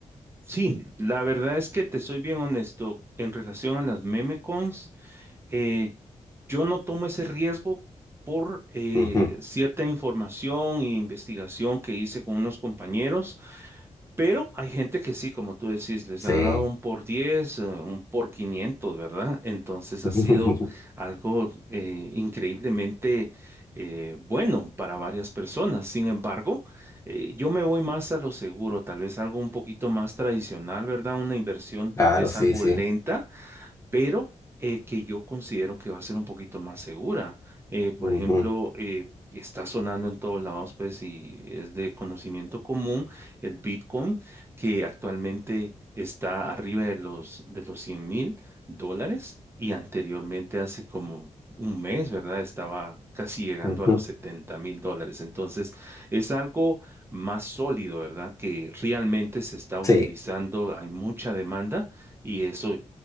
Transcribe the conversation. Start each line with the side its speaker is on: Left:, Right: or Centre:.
Right: Sí, la verdad es que te soy bien honesto. En relación a las meme coins, eh, Yo no tomo ese riesgo por eh,
Left: Ujú.
Right: cierta información e investigación que hice con unos compañeros, pero hay gente que sí, como tú decís, les
Left: Sí.
Right: ha dado un por 10, eh, un por 500, ¿verdad? Entonces
Left: <laughs>
Right: ha sido algo eh, increíblemente eh, bueno para varias personas. Sin embargo, eh, yo me voy más a lo seguro, tal vez algo un poquito más tradicional, ¿verdad? Una inversión tal
Left: Claro,
Right: vez
Left: sí,
Right: algo
Left: sí.
Right: lenta pero eh, que yo considero que va a ser un poquito más segura. Eh, por
Left: Ujú,
Right: ejemplo, eh, está sonando en todos lados, pues, y es de conocimiento común el Bitcoin, que actualmente está arriba de los, de los cien mil dólares y anteriormente hace como... Un mes, ¿verdad? Estaba casi llegando
Left: ujú.
Right: a los setenta mil dólares. Entonces, es algo más sólido, ¿verdad? Que realmente se está utilizando,
Left: Sí,
Right: hay mucha demanda y eso